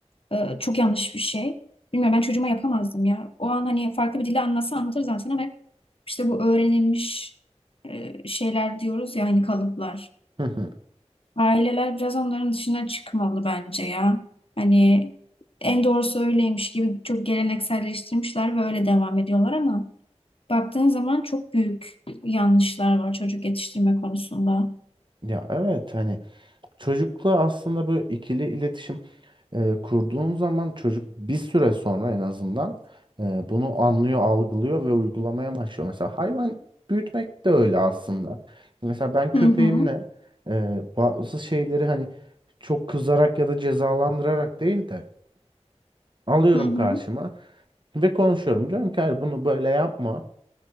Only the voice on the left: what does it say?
Ee, çok yanlış bir şey. Bilmiyorum ben çocuğuma yapamazdım ya. O an hani farklı bir dille anlatsa anlatır zaten ama hep işte bu öğrenilmiş e, şeyler diyoruz ya hani kalıplar.
Aileler biraz onların dışına çıkmalı bence ya. Hani en doğrusu öyleymiş gibi çok gelenekselleştirmişler ve öyle devam ediyorlar ama baktığın zaman çok büyük yanlışlar var çocuk yetiştirme konusunda.
Hı hı,
hı hı.